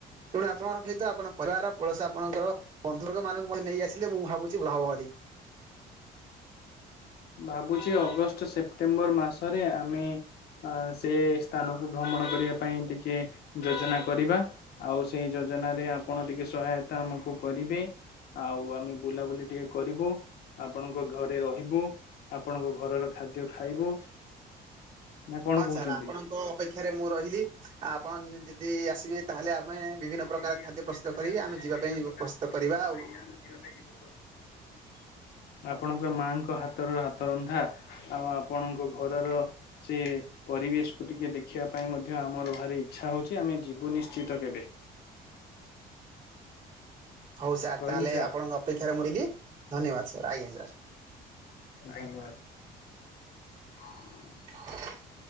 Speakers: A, on the right (about 50°); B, on the left (about 70°).
A: ତେଣୁ ଆପଣଙ୍କ ସହିତ ଆପଣ ପରିବାର ପଳସ ଆପଣଙ୍କର ବନ୍ଧୁ ମାନଙ୍କ ମଧ୍ୟ ନେଇ ଆସିଲେ ମୁଁ ଭାବୁଛି ଭଲ ହବ
B: ଭାବୁଛି ଅଗଷ୍ଟ ସେପ୍ଟେମ୍ବର ମାସରେ ଆମେ ଅ ସେ ସ୍ଥାନକୁ ଭ୍ରମଣ କରିବା ପାଇଁ ଟିକେ ଯୋଜନା କରିବା। ଆଉ ସେଇ ଯୋଜନାରେ ଆପଣ ଟିକେ ସହାୟତା ଆମକୁ କରିବେ ଆଉ ଆମେ ବୁଲାବୁଲି। ଟିକେ କରିବୁ ଆପଣଙ୍କ ଘରେ ରହିବୁ ଆପଣଙ୍କ ଘରର ଖାଦ୍ୟ ଖାଇବୁ
A: <unintelligible>
B: ନା କଣ
A: ହଁ
B: କହୁଛନ୍ତି?
A: ସାର୍ ଆପଣଙ୍କ ଅପେକ୍ଷାରେ ମୁଁ ରହିଲି ଆପଣ ଯଦି ଆସିବେ ତାହେଲେ ଆମେ। ବିଭିନ୍ନ ପ୍ରକାର
B: ଯଦି
A: ଖାଦ୍ୟ
B: ଆସିବେ
A: ପ୍ରସ୍ତୁତ
B: ତାହେଲେ
A: କରିକି
B: ଆମେ ବିଭିନ୍ନ
A: ଯିବା ପାଇଁ
B: ପ୍ରକାର
A: ପ୍ରସ୍ତୁତ
B: ଖାଦ୍ୟ
A: କରିବା
B: ପତ୍ର
A: ଆଉ
B: ପାଇ ଆମେ ଯିବୁ
A: <unintelligible>
B: ଆପଣଙ୍କ ମାଙ୍କ ହାତର ହାତ ରନ୍ଧା ଆଉ ଆପଣଙ୍କ ଘରର ଛି ପରିବେଶକୁ ଟିକେ ଦେଖିବା ପାଇଁ ମଧ୍ୟ ଆମର ଭାରି ଇଚ୍ଛା ହଉଛି ଆମେ ଯିବୁ ନିଶ୍ଚିତ କେବେ।
A: ହଉ ସାର୍
B: ରହିଲି
A: ତାହେଲେ
B: ସାର୍
A: ଆପଣଙ୍କ ଅପେକ୍ଷାରେ ମୁଁ ରହିଲି ଧନ୍ୟବାଦ ସାର୍ ଆଜ୍ଞା ସାର୍
B: ଧନ୍ୟବାଦ୍, ଧନ୍ୟବାଦ୍।
A: <inaudible>